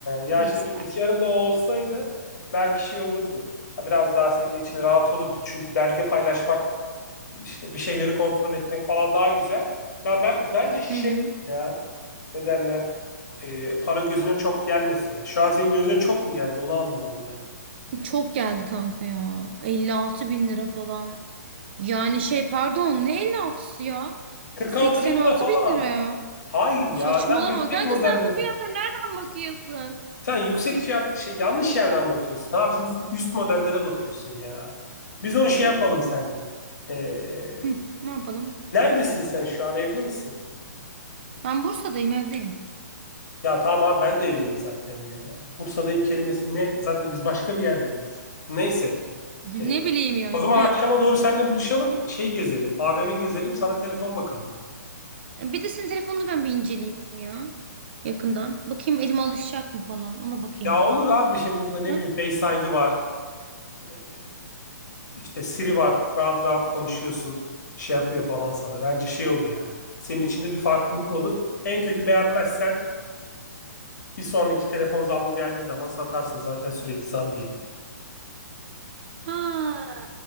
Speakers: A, on the left; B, on the right.
A: ya
B: bilgisayar.
A: işte bilgisayarın da o olsaydı belki şey olurdu. Ha, biraz daha senin için rahat olurdu. Çünkü belge paylaşmak, işte bir şeyleri kontrol etmek falan daha güzel. Ya ben bence şey
B: Hı hı.
A: ya ne derler? Ee, para gözüne çok gelmesin ya. Şu an senin gözüne çok mu geldi? Onu anlamadım ben.
B: Çok geldi kanka ya. 56 bin lira falan. Yani şey pardon ne 56'sı ya?
A: 46
B: 86
A: bin lira falan.
B: bin lira ya.
A: Hayır ya
B: Saçmalama
A: sen yüksek
B: kanka
A: modelleri.
B: sen bu fiyatlara nereden bakıyorsun?
A: Sen yüksek fiyat şey yanlış yerden bakıyorsun. Abi sen üst modellere bakıyorsun ya. Biz onu şey yapalım seninle. Ee,
B: Hı, ne yapalım?
A: neredesin sen şu an? Evde misin?
B: Ben Bursa'dayım evdeyim.
A: Ya tamam abi ben de evdeyim zaten ya. Bursa'dayım kelimesi ne? Zaten biz başka bir yerde miyiz? Neyse.
B: <laughs>
A: Ee,
B: Ne bileyim yani.
A: o zaman akşama doğru seninle buluşalım. Şey gezelim. AVM gezelim. Sana telefon bakalım.
B: He. Bir de senin telefonunu ben bir inceleyeyim ya. Yakından. Bakayım elime alışacak mı falan. Ona bakayım
A: Ya
B: be.
A: olur abi şimdi burada ne
B: Ha?
A: bileyim Face ID var. Ee, İşte Siri var. Rahat rahat konuşuyorsun. Şey yapıyor falan sana. Bence şey olur yani. Senin içinde bir farklılık olur. En kötü beğenmezsen bir sonraki telefon zammı geldiği zaman satarsın. Zaten sürekli zam geliyor.
B: Ha.